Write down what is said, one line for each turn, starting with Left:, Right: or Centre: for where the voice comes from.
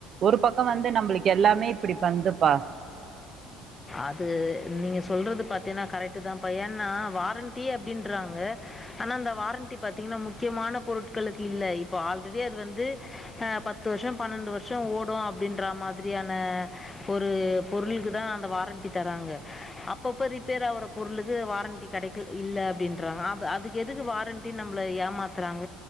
Right: ஒரு பக்கம் வந்து நம்மளுக்கு எல்லாமே இப்படி பண்துப்பா
Left: அது நீங்க சொல்றது பாத்தீங்கன்னா கரெக்ட் தான் பா ஏன்னா வாரண்டி அப்படின்றாங்க ஆனா அந்த வாரண்டி பாத்தீங்கன்னா முக்கியமான பொருட்களுக்கு இல்ல இப்ப ஆல்ரெடி அது வந்து பத்து வருஷம் பன்னெண்டு வருஷம் ஓடும் அப்படின்ற மாதிரியான ஒரு பொருளுக்கு தான் அந்த வாரண்டி த்தி தாரக அப்பப்ப ரிப்பேர் ஆவுற பொருளுக்கு வாரண்டி கடை இல்ல அப்படின்றாக அதுக்கு எதுக்கு வாரண்டி நம்ல ஏமாத்துறாங்